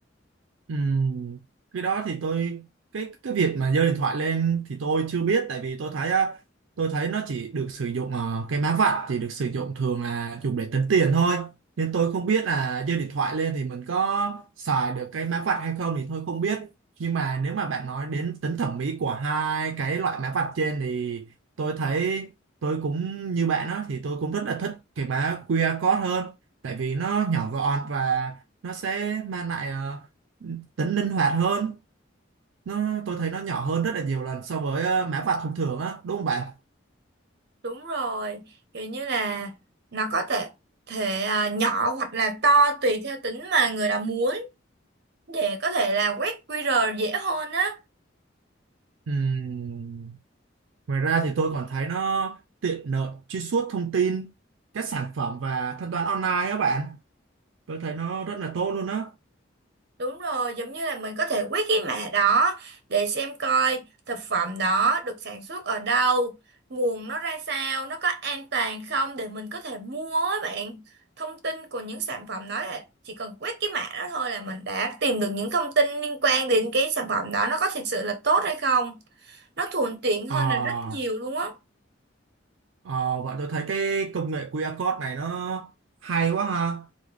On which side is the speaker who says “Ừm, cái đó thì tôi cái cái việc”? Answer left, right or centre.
Right